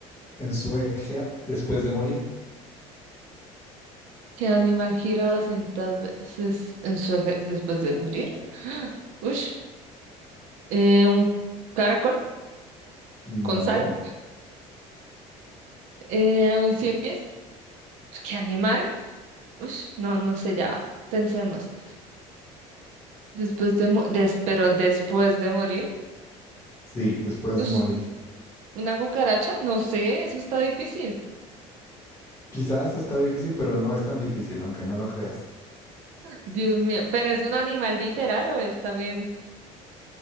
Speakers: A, on the left; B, on the right.
A: en su eje a- después de morir?
B: ¿Qué animal gira 200 veces en su eje después de morir? <gasps> Ush. Eh, un caracol
A: No,
B: con sal. Eh, un cien pies. Pues, ¿Qué animal? Ush, no, no sé, ya va. Pensemos. Después de, mo- des- pero después de morir.
A: sí, después
B: Ush,
A: de morir.
B: una cucaracha, no sé, eso está difícil.
A: Quizás está difícil, pero no es tan difícil, aunque no lo creas.
B: Dios mío, ¿pero es un animal literal o es también